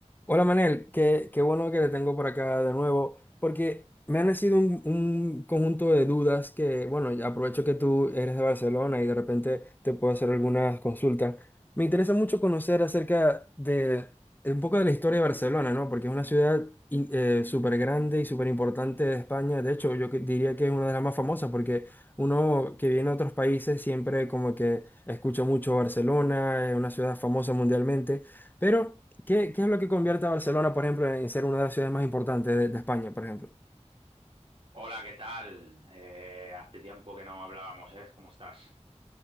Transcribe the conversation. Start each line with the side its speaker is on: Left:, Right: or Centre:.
Left: Hola Manel, qué, qué bueno que te tengo por acá de nuevo, porque me han nacido un, un conjunto de dudas que, bueno, ya aprovecho que tú eres de Barcelona y de repente te puedo hacer algunas consultas. Me interesa mucho conocer acerca de, de un poco de la historia de Barcelona, ¿no? Porque es una ciudad in- eh, súper grande y súper importante de España. De hecho, yo que- diría que es una de las más famosas porque uno que viene a otros países siempre como que escucha mucho Barcelona, es una ciudad famosa mundialmente. Pero, ¿qué, qué es lo que convierte a Barcelona, por ejemplo, en ser una de las ciudades más importantes de, de España, por ejemplo?
Right: Hola, ¿qué tal? Eh, hace tiempo que no hablábamos, ¿eh? ¿Cómo estás?